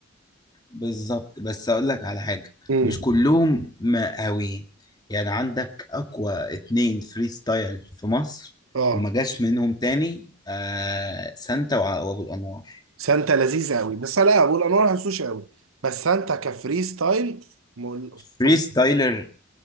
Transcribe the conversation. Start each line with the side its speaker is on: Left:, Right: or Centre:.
Left: بالظبط بس اقول لك على حاجه
Right: امم
Left: مش كلهم مقاويين يعني عندك اقوى اتنين فري ستايل في مصر
Right: اه
Left: وما جاش منهم تاني آه سانتا وع- وابو الانوار
Right: سانتا لذيذة قوي بس انا لا والانواع ما بحسوش قوي بس سانتا كفري ستايل مول- فظيع
Left: فري ستايلر